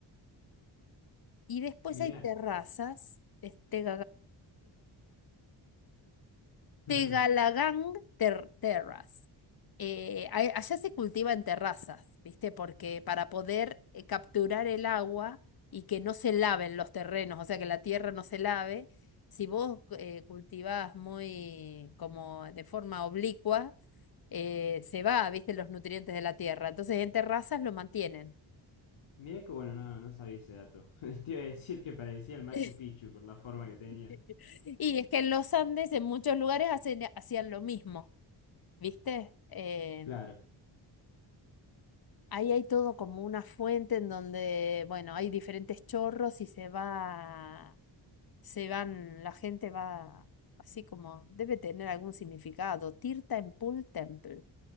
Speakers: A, on the left (about 50°); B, on the left (about 80°).
A: y después
B: Mirá,
A: hay terrazas, este Tegalagang
B: <laughs>
A: ter- Terrace. Eh, a- allá se cultiva en terrazas, ¿viste? Porque para poder eh, capturar el agua y que no se laven los terrenos, o sea, que la tierra no se lave, si vos eh, cultivás muy como de forma oblicua, eh, se va, ¿viste? Los nutrientes de la tierra. Entonces en terrazas lo mantienen.
B: mirá qué bueno, no, no sabía ese dato. <laughs> Te iba a decir que parecía el Machu
A: <laughs>
B: Picchu por la forma que tenía.
A: Sí. Y es que en los Andes, en muchos lugares, hacen- hacían lo mismo, ¿viste? Eh,
B: Claro,
A: Ahí hay todo como una fuente en donde, bueno, hay diferentes chorros y se va, se van, la gente va así como, debe tener algún significado. Tirta en Pool Temple.